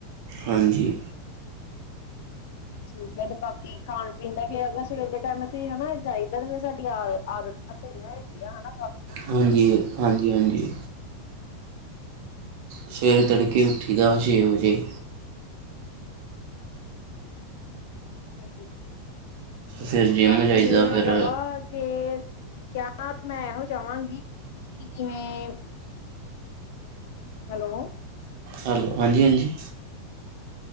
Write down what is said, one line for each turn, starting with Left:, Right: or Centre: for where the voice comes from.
Right: ਹਾਂਜੀ।
Left: ਠੀਕ ਹੈ, ਤੇ ਬਾਕੀ ਖਾਣ-ਪੀਣ ਦਾ ਵੀ ਹੈਗਾ ਸਵੇਰ ਦੇ ਟਾਈਮ ਅਸੀਂ ਹਨਾ ਜਾਈਦਾ ਤੇ ਫਿਰ ਸਾਡੀ ਆ ਆਦਤ। ਅਸੀਂ ਆ ਈ ਹੂੰਦੀਆ ਹਨਾ ਕੰਮ।
Right: ਹਾਂਜੀ, ਹਾਂਜੀ ਹਾਂਜੀ। ਸਵੇਰੇ, ਤੜਕੇ ਉੱਠੀ ਦਾ ਛੇ ਵਜੇ।
Left: ਹਾਂਜੀ,
Right: ਫਿਰ ਜਿੰਮ
Left: ਬਾਕੀ
Right: ਜਾਈਦਾ
Left: ਏਹ
Right: ਫਿਰ
Left: ਹੈਗਾ ਵਾ ਕੇ ਤੇ। ਕੀਆ ਨਾਥ ਮੈਂ ਐਹੋ, ਚਾਵਾਂਗੀ ਕਿ ਜਿਵੇਂ। ਹੇਲੋ।
Right: ਹੇਲੋ, ਹਾਂਜੀ ਹਾਂਜੀ।